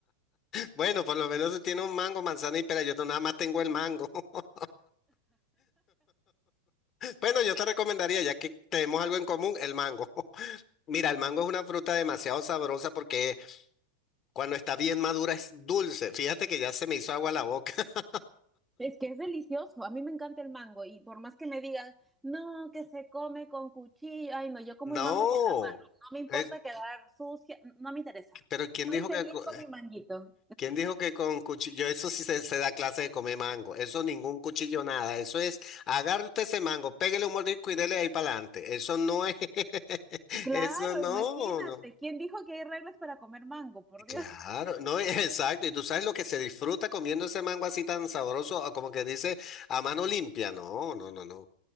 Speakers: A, on the left; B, in the centre.
A: Bueno, por lo menos tiene un mango, manzana y pera. Yo no- nada más tengo el mango. <laughs> Bueno, yo te recomendaría, ya que tenemos algo en común, el mango. <laughs> Mira, el mango es una fruta demasiado sabrosa porque cuando está bien madura es dulce. Fíjate que ya se me hizo agua la boca. <laughs>
B: Es que es delicioso, a mí me encanta el mango y por más que me digan, no, que se come con cuchillo, ay no, yo como
A: No.
B: el mango con la mano, no me importa
A: Es-
B: quedar sucia, no me interesa.
A: pero ¿quién
B: Soy
A: dijo
B: feliz
A: que, co-
B: con mi manguito.
A: quién dijo que con cuchillo? Eso sí se, se da clase de comer mango. Eso ningún cuchillo, nada. Eso es, agarre usted ese mango, pégale un mordisco y dele ahí para adelante. Eso no es, <laughs>
B: Claro,
A: eso no,
B: imagínate,
A: no.
B: ¿quién dijo que hay reglas para comer mango? Por Dios.
A: Claro, no, <laughs> exacto. Y tú sabes lo que se disfruta comiendo ese mango así tan sabroso, o como que dice a mano limpia. No, no, no, no.